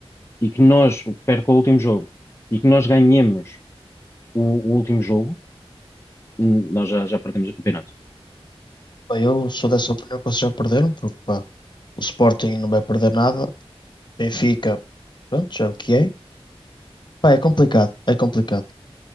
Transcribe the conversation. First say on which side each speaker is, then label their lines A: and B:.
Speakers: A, on the left; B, on the left.
A: e que nós perca o último jogo e que nós ganhemos o, o último jogo, hum, nós já, já perdemos o campeonato.
B: Bem, Eu sou dessa opinião que vocês já perderam, porque pá, o Sporting não vai perder nada. Benfica, pronto, já é o que é. Pá, é complicado, é complicado.